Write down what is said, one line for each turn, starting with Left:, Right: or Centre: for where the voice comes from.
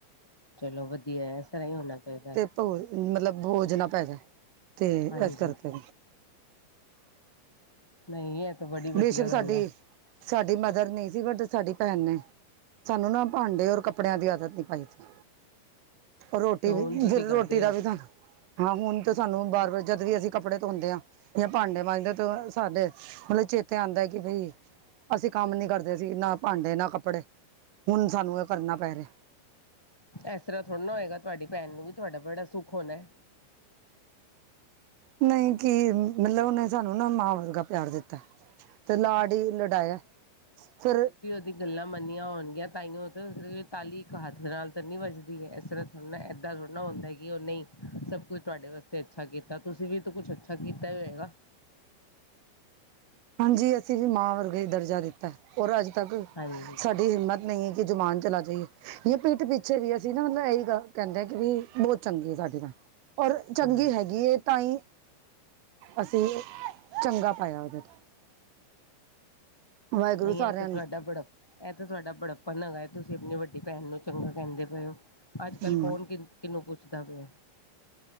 Centre: ਚਲੋ ਵਧੀਆ ਐ ਇਸ ਤਰ੍ਹਾਂ ਈ ਹੋਣਾ ਚਾਹੀਦਾ।
Right: ਤੋਏ ਮਤਲਬ ਬੋਜ ਨਾ ਪੈ ਜਾਏ, ਤੇ
Centre: ਹਾਂਜੀ
Right: ਇਸ ਕਰਕੇ।
Centre: ਨਹੀਂ ਇਹ ਤਾਂ ਬੜੀ
Right: ਬੇਸ਼ਕ
Centre: ਵਧੀਆ ਗੱਲ
Right: ਸਾਡੀ
Centre: ਹੈ
Right: ਸਾਡੀ ਮਦਰ ਨਈਂ ਸੀ ਬਟ ਸਾਡੀ ਭੈਣ ਨੇ ਸਾਨੂੰ ਨਾ ਭਾਂਡੇ ਔਰ ਕੱਪੜਿਆਂ ਦੀ ਆਦਤ ਨੀ ਪਾਈ ਜੀ, ਰੋਟੀ
Centre: ਤੇ
Right: ਵੀ
Centre: ਹੁਣ ਤੁਸੀਂ
Right: ਫਿਰ
Centre: ਕਰਦੇ
Right: ਰੋ ਟੀ ਦਾ
Centre: ਹੋ
Right: ਵੀ ਨਾਂ ਹਾਂ ਹੁਣ ਤਾਂ ਸਾਨੂੰ ਵਾਰ ਵਾਰ ਜਦ ਵੀ ਅਸੀਂ ਕੱਪੜੇ ਧੋਂਦੇ ਆ, ਜਾਂ ਭਾਂਡੇ ਮਾਂਜਦੇ ਆਂ ਤਾਂ ਸਾਡੇ ਮਤਲਬ ਚੇਤੇ ਆਉਂਦਾ ਕਿ ਬਈ, ਅਸੀਂ ਕੰਮ ਨੀ ਕਰਦੇ ਸੀ ਨਾ ਭਾਂਡੇ, ਨਾ ਕੱਪੜੇ। ਹੁਣ ਸਾਨੂੰ ਏ ਕਰਨਾ ਪੈ ਰਿਹਾ।
Centre: ਇਸ ਤਰ੍ਹਾਂ ਥੋੜਾ ਨਾ ਹੋਏਗਾ, ਤੁਹਾਡੀ ਭੈਣ ਨੂੰ ਵੀ ਤੁਹਾਡਾ ਬੜਾ ਸੁੱਖ ਹੋਣਾ ਏ।
Right: ਨਈਂ ਕੀ ਮਤਲਬ, ਉਹਨੇ ਸਾਨੂੰ ਨਾ ਮਾਂ ਵਰਗਾ ਪਿਆਰ ਦਿੱਤਾ। ਤੇ ਲਾਡ-ਲਡਾਇਆ, ਫਿਰ
Centre: ਦੀ ਗੱਲਾਂ ਮੰਨੀਆਂ ਹੋਣਗੀਆਂ ਤਾਈਂ ਓ ਤਾਂ ਤਾਲੀ ਇੱਕ ਹੱਥ ਨਾਲ ਤਾਂ ਨੀ ਵੱਜਦੀ ਐ, ਇਸ ਤਰ੍ਹਾਂ ਲੈ ਏਦਾਂ ਥੋੜ੍ਹ ਨਾ ਹੁੰਦਾ ਕਿ ਉਹ ਨਈਂ, ਸਭ ਕੁੱਛ ਤੁਹਾਡੇ ਵਾਸਤੇ ਅੱਛਾ ਕੀਤਾ ਤੁਸੀਂ ਵੀ ਕੁੱਛ ਅਛ ਕੀਤਾ ਜਾਏਗਾ।
Right: ਹਾਂਜੀ ਅਸੀਂ ਵੀ ਮਾਂ ਵਰਗੇ ਹੀ ਦਰਜਾ ਦਿੱਤਾ, ਔਰ ਅੱਜ ਤੱਕ
Centre: ਹਾਂਜੀ
Right: ਸਾਡੀ ਹਿੰਮਤ ਨਹੀਂ ਕਿ ਜਮਾਨ ਚਲਾ ਜਾਈਏ, ਜਾਂ ਪਿੱਠ ਪਿੱਛੇ ਵੀ ਅਸੀਂ ਨਾ ਮਤਲਬ ਇਹੀ ਗੱਲ ਕਹਿੰਦੇ ਕਿ ਵੀ ਬਹੁਤ ਚੰਗੇ ਹੈ ਸਾਡੇ ਤਾਂ, ਔਰ ਚੰਗੀ
Centre: ਹੂੰ
Right: ਹੈਗੀ ਹੈ, ਤਾਂ ਹੀ ਅਸੀਂ ਚੰਗਾ ਪਾਇਆ ਉਹਦੇ ਤੋਂ ਵਾਹਿਗੁਰੂ
Centre: ਨਹੀਂ
Right: ਸਾਰਿਆਂ
Centre: ਇਹ ਤੇ ਤੁਹਾਡਾ
Right: ਨੂੰ
Centre: ਬੜੱਪਾ ਇਹ ਤੇ ਤੁਹਾਡਾ ਬੜੱਪਨ ਹੇਗਾ। ਤੁਸੀਂ ਆਪਣੀ ਵੱਡੀ ਭੈਣ ਨੂੰ ਚੰਗਾ ਕਹਿੰਦੇ ਪਏ ਹੋ, ਅੱਜ-ਕੱਲ
Right: ਹੂੰ
Centre: ਕੌਣ ਕਿਹਨੂੰ ਪੁੱਛਦਾ ਪਿਆ,